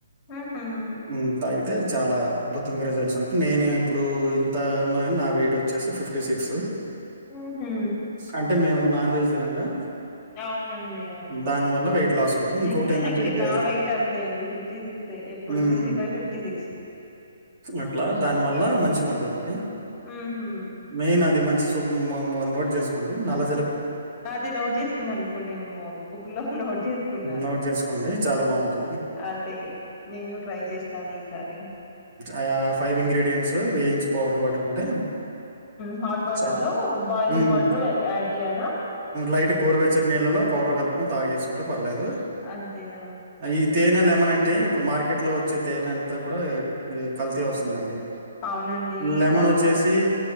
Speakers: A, on the left (about 25°); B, on the right (about 30°).
A: హు హుమ్
B: ఉమ్, తాగితే చాలా అధ్బ తమైన రిజల్ట్స్ ఉంటది నేను ఇప్పుడు ఇంత ఉన్నా గాని నావెయిట్ వచ్చేసి ఫిఫ్టీ సిక్స్
A: ఉహు
B: అంటే మేము నాన్ వెజ్ తినంగా
A: అవునండి అవును
B: దాని వల్ల వెయిట్ లాస్ ఉంటుంది ఇంకొకటి
A: ఎక్సెక్టలి
B: ఏంటంటే ఇక
A: నా
B: హెల్త్
A: వెయిట్ అంతే అండి ఫిఫ్టీ సిక్స్ ఎప్పుడు
B: um,
A: fifty five fifty six
B: అట్లా దానివల్ల మంచి ఉంటుందండి
A: హుహు.
B: మెయిన్ అది మంచి నోట్ చేసుకోండి నల్లజ
A: అది నోట్ చేసుకున్నాను ఇప్పుడు నేను బుక్ లో నోట్ చేసుకున్నాను
B: నోట్ చేసుకోండి చాలా బాగుంటుంది
A: అదే నేను ట్రై చేస్తాను ఈసారి
B: అ ఫైవ్ ఇంగ్రీడియంట్స్ వేయించి పౌడర్ పట్టుకుంటే
A: హాట్ వాటర్
B: చాలు
A: లో బాయిలింగ్
B: హ్మ్
A: వాటర్ యాడ్ చేయాలా
B: లైట్ గోరువెచ్చటి నీళ్ల లో పౌడర్ కలుపు కోవాలి తాగేసుకుంటే ప లేదు
A: అంతేనా
B: ఈ తేనె లెమన్ అంటే ఇప్పుడు మార్కెట్ లో వచ్చే తేనంతా కూడా కల్తీ వస్తుందండి
A: అవునండి
B: లెమన్
A: చాలా
B: వచ్చేసి
A: కల్తీ